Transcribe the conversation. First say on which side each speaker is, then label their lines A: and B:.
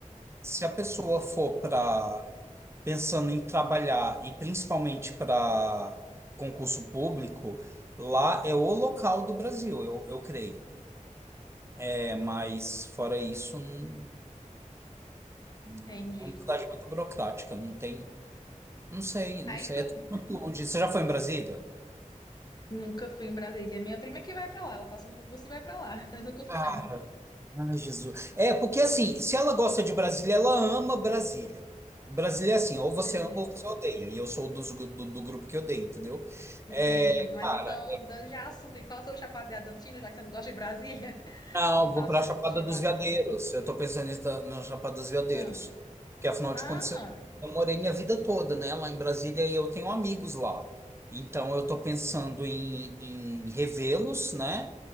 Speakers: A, on the right; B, on the left.
A: se a pessoa for para pensando em trabalhar e principalmente para concurso público, lá é o local do Brasil, eu, eu creio. É, mas fora isso, não- né,
B: entendi.
A: é uma cidade muito burocrática, não tem, não sei,
B: Aí
A: não sei,
B: tu
A: é tudo muito longe. Você já foi em Brasília?
B: nunca fui em Brasília. Minha prima que vai pra lá, ela passou no curso e vai pra lá. <laughs> Mas nunca fui,
A: Cara,
B: não.
A: Ai, Jesus. É, porque assim, se ela gosta de Brasília, ela ama Brasília. Brasília é assim,
B: Entendi.
A: ou você ama ou você odeia. E eu sou dos gru- do, do grupo que odeia, entendeu?
B: Entendi.
A: É,
B: Mas
A: cara,
B: então, mudando de assunto, e fala sobre o Chapada Diamantina, já que você não gosta de Brasília.
A: não,
B: Me faça
A: vou pra Chapada
B: chipada.
A: dos Veadeiros. Eu tô pensando em estar na Chapada dos Veadeiros.
B: Ah,
A: Porque afinal
B: ah,
A: de contas, eu, eu morei minha vida toda, né, lá em Brasília e eu tenho amigos lá. Então eu tô pensando em, em revê-los, né?